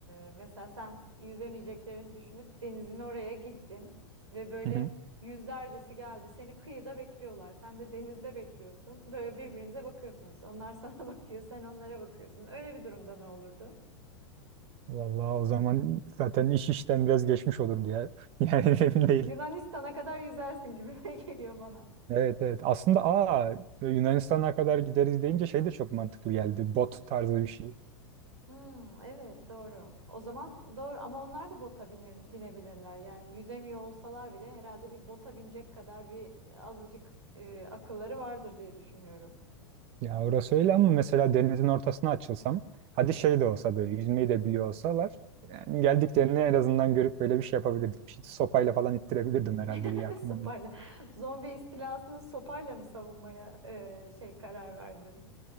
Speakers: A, on the right; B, on the right.
A: e, mesela sen yüzemeyeceklerini düşünüp denizin oraya gittin ve böyle
B: Hı hı.
A: yüzlercesi geldi. Seni kıyıda bekliyorlar. Sen de denizde bekliyorsun. Böyle birbirinize bakıyorsunuz. Onlar sana <laughs> bakıyor, sen onlara bakıyorsun. Öyle bir durumda ne olurdu?
B: Vallahi o zaman zaten iş işten biraz geçmiş olurdu ya. <laughs> Yani emin değilim.
A: Yunanistan'a kadar yüzersin gibi <laughs> geliyor bana.
B: Evet evet. Aslında aa Yunanistan'a kadar gideriz deyince şey de çok mantıklı geldi. Bot tarzı bir şey.
A: Hmm, evet doğru. O zaman doğru ama onlar da bota binir- binebilirler. Yani yüzemiyor olsalar bile herhalde bir bota binecek kadar bir azıcık e, akılları vardır diye düşünüyorum.
B: Ya orası öyle ama mesela denizin ortasına açılsam, hadi şey de olsa böyle yüzmeyi de biliyor olsalar, yani geldiklerini en azından görüp böyle bir şey yapabilirdik. Bir şey, sopayla falan ittirebilirdim herhalde
A: <laughs>
B: diye aklıma
A: Sopayla.
B: geliyor.
A: Zombi istilasını sopayla mı savunmaya e, şey karar verdin?